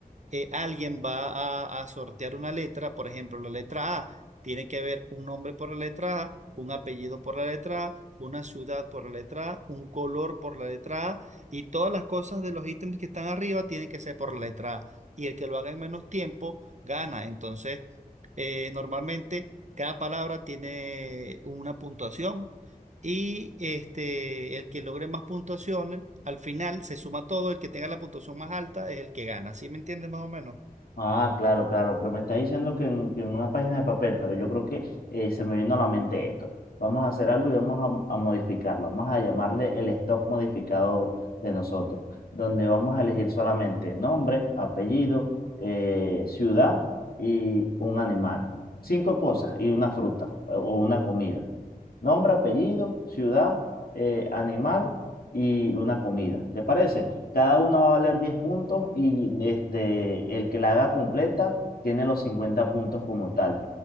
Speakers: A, on the right; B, on the left.
A: eh, alguien va a, a sortear una letra, por ejemplo, la letra A, tiene que haber un nombre por la letra A, un apellido por la letra A, una ciudad por la letra A, un color por la letra A, y todas las cosas de los ítems que están arriba tienen que ser por la letra A. Y el que lo haga en menos tiempo gana. Entonces, eh, normalmente cada palabra tiene una puntuación. Y este, el que logre más puntuaciones, al final se suma todo, el que tenga la puntuación más alta es el que gana. ¿Sí me entiendes más o menos?
B: Ah, claro, claro, pero me está diciendo que en, que en una página de papel, pero yo creo que eh, se me vino a la mente esto. Vamos a hacer algo y vamos a, a modificarlo. Vamos a llamarle el stock modificado de nosotros, donde vamos a elegir solamente nombre, apellido, eh, ciudad y un animal. Cinco cosas y una fruta o o una comida. Nombre, apellido, ciudad, eh, animal y una comida. ¿Te parece? Cada uno va a valer 10 puntos y este, el que la haga completa tiene los 50 puntos como tal,